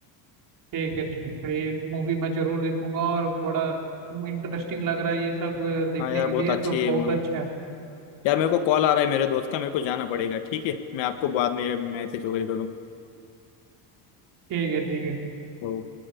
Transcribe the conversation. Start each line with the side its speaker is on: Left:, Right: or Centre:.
Right: ठीक है ठीक है ये मूवी मैं जरूर देखूंगा और बड़ा इंटरेस्टिंग लग रहा है ये सब अ, देखने
Left: हाँ यार
Right: के
Left: बहुत
Right: लिए
Left: अच्छी
Right: तो बहुत
Left: है मूवी
Right: अच्छा है
Left: यार मेरे को कॉल आ रहा है मेरे दोस्त का मेरे को जाना पड़ेगा ठीक है मैं आपको बाद में मैसेज वगैरह
Right: ठीक है ठीक है
Left: करूंगा